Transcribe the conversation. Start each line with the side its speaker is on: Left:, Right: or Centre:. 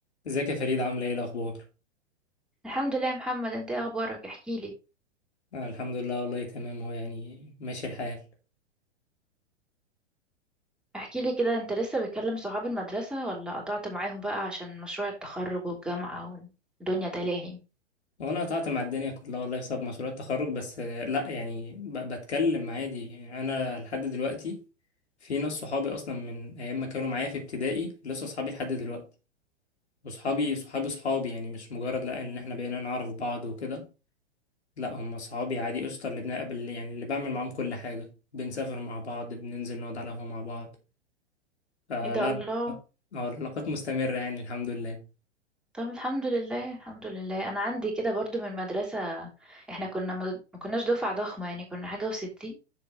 Left: ازيك يا فريد عامله ايه الاخبار
Centre: الحمد لله يا محمد انت ايه اخبارك احكي لي
Left: آه الحمد لله والله تمام هو يعني ماشي الحال
Centre: احكي لي كده انت لسه بتكلم صحاب المدرسة ولا قطعت معاهم بقى عشان مشروع التخرج والجامعة والدنيا تلاهي
Left: هو انا قطعت مع الدنيا كلها والله بسبب مشروع التخرج بس آه لا يعني ب- بتكلم عادي يعني انا لحد دلوقتي في ناس صحابي اصلا من ايام ما كانوا معايا في ابتدائي لسه صحابي لحد دلوقتي وصحابي صحابي صحابي يعني مش مجرد لا ان احنا بقينا نعرف بعض وكده لا هم صحابي عادي قشطه اللي بنقابل يعني اللي بعمل معاهم كل حاجه بنسافر مع بعض بننزل نقعد على القهوه مع بعض فلا
Centre: ايه ده الله
Left: لا، اه العلاقات مستمرة يعني الحمد لله
Centre: طب الحمد لله الحمد لله انا عندي كده برضو من المدرسة احنا كنا ما ما كناش دفعة ضخمة يعني كنا حاجة وستين